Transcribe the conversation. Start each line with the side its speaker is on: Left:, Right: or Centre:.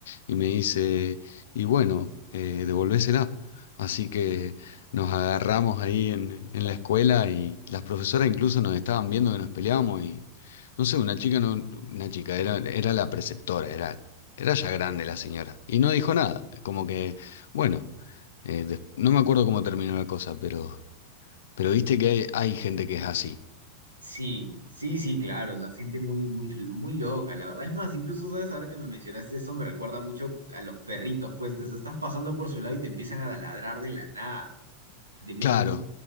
Left: y me dice, y bueno, eh, devolvésela. Así que nos agarramos ahí en, en la escuela y las profesoras incluso nos estaban viendo que nos peleábamos y no sé, una chica no, una chica, era, era la preceptora, era, era ya grande la señora. Y no dijo nada. Como que, bueno, eh, des- no me acuerdo cómo terminó la cosa, pero, pero viste que hay, hay gente que es así.
Right: Sí, sí, sí, claro, o sea, gente muy, muy, muy loca, la verdad. Es más, incluso, ¿sabes? Ahora que me mencionaste eso, me recuerda mucho a los perritos, pues, que se estás pasando por su lado y te empiezan a ladrar de la nada. te meten
Left: Claro,
Right: un,